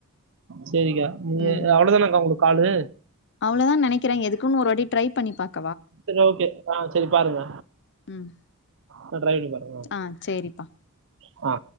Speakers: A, on the right; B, on the left.
A: சேரிக்கா நீ
B: ம்
A: அவ்ளோதாக்கா உங்களுக் காலு
B: அவ்ளோதா நெனைக்கிறே எதுக் க்குன் ஒரு வாட்டி ட்ரை பண்ணி பா
A: சேரி ஓகே ஆ சேரி பாருங்க
B: ம்
A: நா டிரைவிங்ல
B: ஆ சேரிப்பா
A: <unintelligible> ஆ